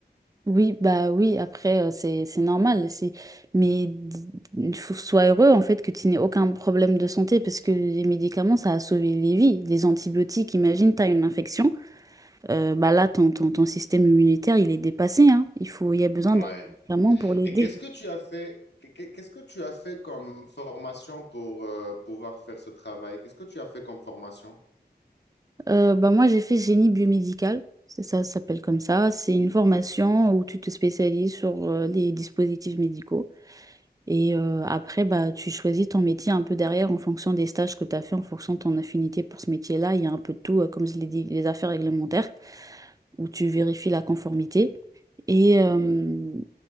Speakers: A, on the right; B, on the left.
A: Oui, bah oui, après, euh, c'est c'est normal. C'est... Mais d- il faut sois heureux, en fait, que tu n'aies aucun problème de santé, parce que les médicaments, ça a sauvé les vies. Les antibiotiques, imagine, tu as une infection, euh, bah là, ton, ton, ton système immunitaire, il est dépassé, hein. Il faut, il y a besoin
B: Ouais.
A: d'un médicament pour l'aider.
B: Et qu'est-ce que tu as fait, qu'est- qu'est-ce que tu as fait comme formation pour euh, pouvoir faire ce travail? Qu'est-ce que tu as fait comme formation?
A: Euh, bah moi, j'ai fait génie biomédical, c'est ça, ça s'appelle comme ça. C'est une formation où tu te spécialises sur euh, les dispositifs médicaux. Et euh, après, bah, tu choisis ton métier un peu derrière en fonction des stages que tu as fait, en fonction de ton affinité pour ce métier-là. Il y a un peu de tout, euh, comme je l'ai dit, les affaires réglementaires, où tu vérifies la conformité. Et euh,